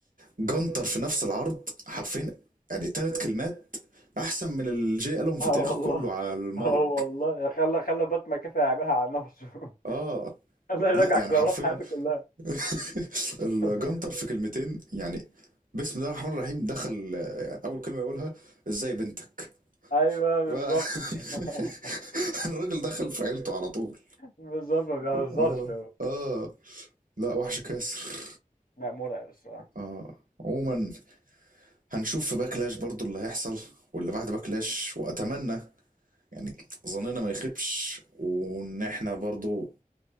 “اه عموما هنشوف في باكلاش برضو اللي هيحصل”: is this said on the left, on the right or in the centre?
Right